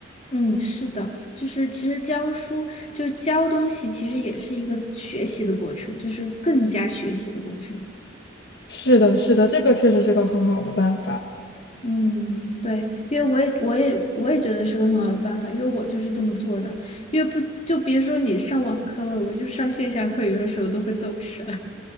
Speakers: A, on the left (about 35°); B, on the left (about 60°).
A: 嗯，是的，就是其实教书就是教东西，其实也是一个学习的过程，就是更加学习的过程。
B: 是的，是的，这个确实是个很好的办法，
A: 嗯，对，因为我也我也我也觉得是个很好的办法，因为我就是这么做的。因为不就别说你上网课了，我就上线下课，有的时候都会走神。